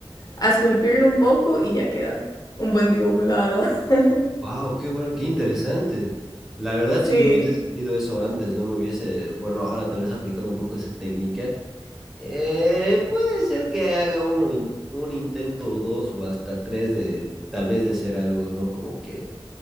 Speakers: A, on the left; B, in the centre.
A: a esculpirlo un poco y ya queda un buen dibujo, la verdad. <laughs>
B: Wow, qué bueno, qué interesante. La verdad,
A: Sí,
B: si yo hubiese sabido eso antes, no me hubiese, bueno, ahora tal vez aplicando un poco esa técnica, eh, puede ser que haga uno, in- un intento o dos o hasta tres de, tal vez de hacer algo, ¿no? Como que